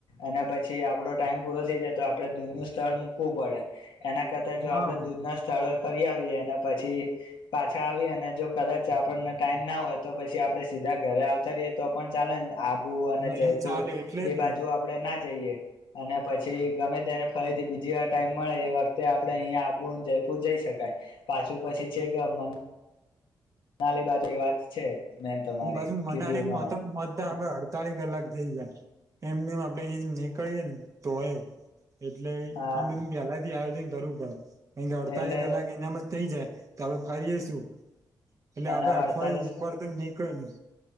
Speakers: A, on the left; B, on the right.
A: અને પછી આપડો ટાઈમ પૂરો થઈ જાય તો આપડે દૂરનું સ્થળ મૂકવું પડે એના કરતા જો
B: હા
A: આપડે દૂરના સ્થળોએ ફરી આવી અને પછી પાછા આવી અને જો કદાચ આપણને ટાઈમ ના હોય તો પછી આપડે સીધા ઘરે આવતા રહીએ તો પણ ચાલે આબુ
B: હા
A: અને જયપુર
B: એમ ચાલે એટલે
A: એ
B: જ
A: બાજુ
B: ને
A: આપડણે ના જઈએ અને પછી ગમે ત્યારે ફરીથી બીજી વાર ટાઈમ મળે એ વખતે આપડણે અહીયા આબુ અને જયપુર જઈ શકાય પાછું પછી છે કે મને નાલી બાજુ એ વાત છે મેન તમારી
B: અને બાજુ મનાલી
A: કીધું એ પ્રમાણે
B: <unintelligible> અડતાલી કલાક થઈ જાય એમનેમ આપડે એ નીકળીએે ને તોય એટલે
A: હા
B: ઈ બધું પેહલાથી આયોજન કરવુ પડે કેમ કે અડતાળી
A: એટલે
B: કલાક એના મ થઈ જાય આપડે ફરીસું એટલે આપે
A: અને
B: અઠવાડિયે
A: અડતાલીસ
B: ઉપર તો ને કઈ